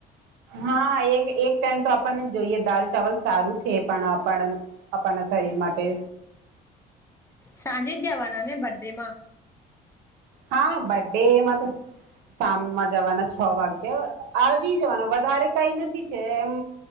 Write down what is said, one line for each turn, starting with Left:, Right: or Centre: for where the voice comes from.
Right: હા હા એક એક ટાઈમ તો આપણને જોઈએ દાલ ચાવલ સારું છે પણ આપણ આપણના શરીર માટે
Left: સાંજે જ જવાના ને બધે માં
Right: હા બડડેમાં તો સામમાં જવાના છ વાગ્ય આવી જવાના વધારે કઈ નથી છે એમ